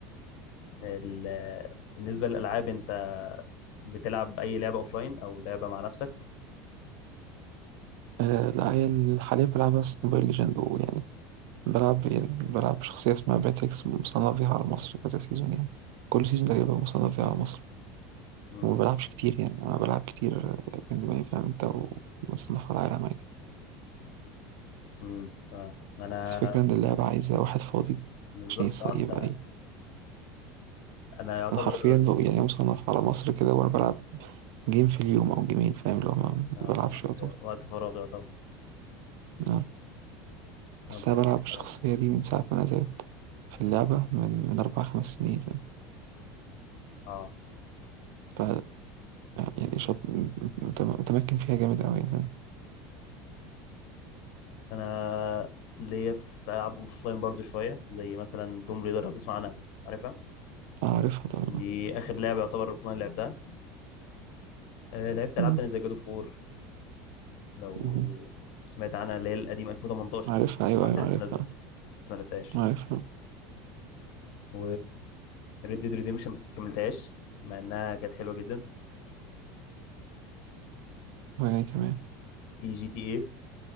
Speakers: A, on the left; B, on the right.
A: ال... بالنسبه للالعاب انت بتلعب اي لعبه اوفلاين او لعبه مع نفسك
B: آه لا هي ال- حاليا بلعب بس موبايل ليجند ويعني بلعب يعني بلعب بشخصية اسمها باتريكس مصنف فيها على مصر كذا سيزون يعني كل سيزون تقريبا مصنف فيها على مصر
A: امم
B: وما بلعبش كتير يعني أنا بلعب كتير آه، كان دماغي فاهم أنت ومصنف على العالم عادي
A: امم اه انا
B: بس الفكرة إن
A: س-
B: اللعبة عايزة واحد فاضي
A: بالظبط
B: عشان يتص-
A: آه، انت
B: يبقى إيه
A: انا يعتبر
B: أنا حرفيا بقى يعني مصنف على مصر كده وأنا بلعب جيم في اليوم أو جيمين فاهم لو ما
A: آه،
B: بلعبش
A: وقت
B: يعتبر
A: وقت فراغي يعتبر
B: نعم. بس
A: ربنا
B: أنا
A: يعينك
B: بلعب الشخصية
A: يا رب
B: دي من ساعة ما نزلت في اللعبة من من أربع خمس سنين فاهم
A: اه
B: ف يعني شاط متم- متمكن فيها جامد أوي يعني فاهم
A: انا ليا في العاب اوفلاين برضو شويه زي مثلا توم ريدر لو تسمع عنها عارفها
B: آه، عارفها طبعا
A: دي اخر لعبه يعتبر اوفلاين لعبتها آه، لعبت العاب
B: مم.
A: تانية زي جادو فور لو
B: مم.
A: سمعت عنها اللي هي القديمه 2018
B: عارفها أيوه
A: في واحده
B: أيوه
A: لسه
B: عارفها
A: نازله بس ما لعبتهاش
B: عارفها
A: و ريد ديد ريديمشن بس ما كملتهاش مع انها كانت حلوه جدا
B: وهي كمان
A: في جي تي اي